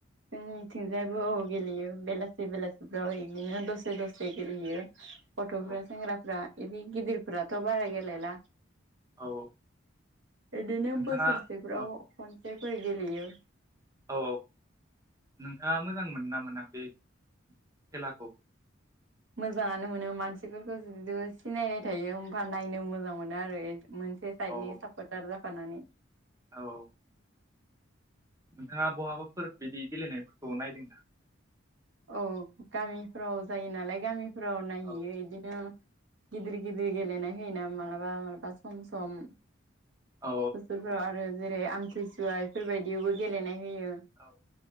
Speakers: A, on the right; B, on the right.
A: जोंनिथिंजायो गेलेयो बेलासि बेलासिफ्राव बिदिनो दसे दसे गेलेहैयो। गथ'फ्रा
B: औ
A: सेंग्राफ्रा बिदि गिदिरफोराथ' बारा गेलेला
B: औ
A: बिदिनो
B: नोंथाङा
A: बोसोरसेफोराव
B: औ
A: खनसेफोर गेलेयो।
B: औ नोंथाङा मोजां मोनो ना मोना। बे खेलाखौ
A: मोजाङानो मोनो मान सिफोरखौ सिनायनाय थायो होमबा नायनो मोजां मोनो आरो। मोनसे
B: औ
A: साइडनि
B: औ
A: सापर्टार जाफानानै
B: औ नोंथाङा बहाबाफोर बिदि गेलेनायफोरखौ नायदोंना?
A: औ गामिफ्राव जायो नालाय गामिफ्राव नायहैयो
B: औ
A: बिदिनो गिदिर गिदिर गेलेनाय होयोना मालाबा मालाबा सम सम
B: औ
A: बोसोरफोराव आरो जेरै आमथिुसुवा बेफोरबायदियावबो गेलेनाय होयो।
B: औ